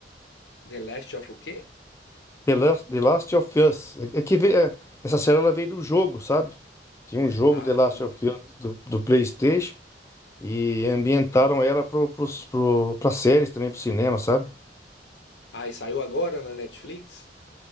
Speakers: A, on the left (about 85°); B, on the left (about 15°).
A: The Last of o quê?
B: The Last, The Last of Us. É, é que ve- é, essa série ela veio do jogo, sabe? Tinha um jogo
A: Ah,
B: The Last of Us do, do PlayStation e ambientaram ela pro, pros- pro, pra séries também, pro cinema, sabe?
A: ah, e saiu agora na Netflix?